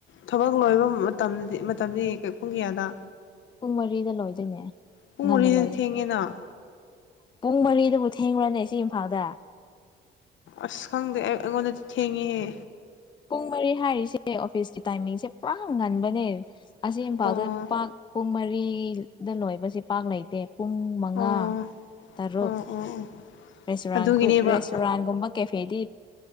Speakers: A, on the left (about 70°); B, on the left (about 25°).
A: ꯊꯕꯛ ꯂꯣꯏꯕ ꯃꯇꯝꯗꯤ ꯃꯇꯝꯗꯤ ꯄꯨꯡ ꯀꯌꯥꯗ
B: ꯄꯨꯡ ꯃꯔꯤꯗ ꯂꯣꯏꯗꯣꯏꯅꯦ
A: ꯄꯨꯡ
B: ꯉꯟꯅ
A: ꯃꯔꯤꯗꯗꯤ
B: ꯂꯣꯏꯒꯅꯤꯕ
A: ꯊꯦꯡꯉꯦꯅ
B: ꯄꯨꯡ ꯃꯔꯤꯗꯕꯨ ꯊꯦꯡꯈꯨꯔꯅꯦ ꯁꯤ ꯏꯝꯐꯥꯜꯗ
A: ꯑꯁ ꯈꯪꯗꯦ ꯑꯩ ꯑꯩꯉꯣꯟꯗꯗꯤ ꯊꯦꯡꯉꯦꯍꯦ
B: ꯄꯨꯡ ꯃꯔꯤ ꯍꯥꯏꯔꯤꯁꯦ ꯑꯣꯐꯤꯁꯀꯤ ꯇꯥꯏꯃꯤꯡꯁꯦ ꯄꯨꯔꯥ ꯉꯟꯕꯅꯦ ꯑꯁꯤ ꯏꯝꯐꯥꯜꯗ
A: ꯑꯣ
B: ꯄꯥꯛ ꯄꯨꯡ ꯃꯔꯤꯗ ꯂꯣꯏꯕꯁꯤꯦ ꯄꯥꯛ ꯂꯩꯇꯦ ꯄꯨꯡ ꯄꯨꯡ ꯃꯉꯥ
A: ꯑꯣ
B: ꯇꯔꯨꯛ
A: ꯑꯣ ꯑꯣ ꯑꯣ
B: ꯔꯦꯁꯨꯔ
A: ꯑꯗꯨꯒꯤꯅꯦꯕ
B: ꯔꯦꯁꯇꯨꯔꯥꯟꯒꯨꯝꯕ ꯀꯦꯐꯦꯗꯤ